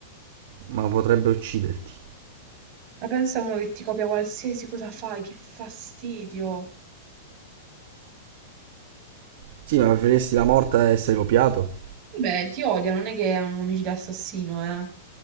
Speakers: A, on the right; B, on the right.
A: Ma potrebbe ucciderti.
B: Ma pensa a uno che ti copia qualsiasi cosa fai, che fastidio.
A: Sì, ma preferiresti la morte a essere copiato?
B: Vabbè, ti odia, non è che è un omicida assassino, eh.